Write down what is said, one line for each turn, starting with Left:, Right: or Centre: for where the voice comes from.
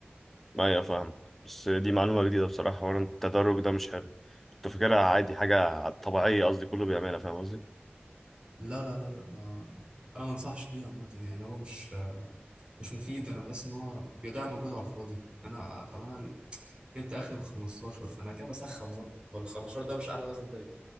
Centre: ايوه فاهم بس دي معلومة جديدة بصراحة حوار التدرج ده مش حلو كنت فاكرها عادي حاجة طبيعية قصدي كله بيعملها فاهم قصدي؟
Right: لا لا لا لا ما انا ما انصحش بيه عامه يعني هو مش مش مفيد انا بحس ان هو بيضيع مجهود على الفاضي انا طب انا جبت اخري بال 15 انا كده بسخن برضه هو ال 15 ده مش اعلى وزن ليا